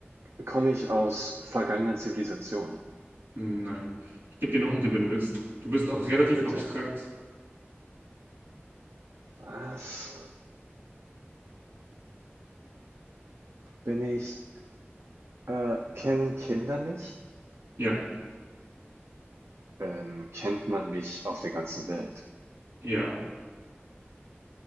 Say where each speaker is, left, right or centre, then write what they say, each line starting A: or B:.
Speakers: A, on the right; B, on the right.
A: Komme ich aus vergangenen Zivilisationen?
B: Nein. Ich gebe dir noch einen Tipp, wenn du willst. Du bist auch relativ
A: Bitte.
B: abstrakt.
A: Was? Bin ich, äh, kennen Kinder mich?
B: Ja,
A: Ähm, kennt man mich auf der ganzen Welt?
B: ja.